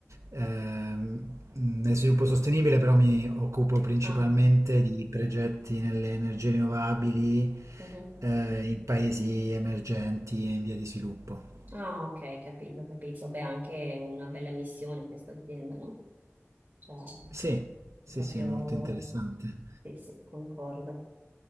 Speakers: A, on the right (about 85°); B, on the right (about 40°).
A: Ehm, nel sviluppo sostenibile però mi occupo principalmente
B: Ah,
A: di progetti nelle energie rinnovabili,
B: mhm.
A: eh, in paesi emergenti e in via di sviluppo.
B: Ah, ok, capito, capito. Beh, anche una bella missione questa azienda, no? Cioè,
A: Sì, sì,
B: proprio...
A: sì, molto interessante.
B: Sì, sì, concordo.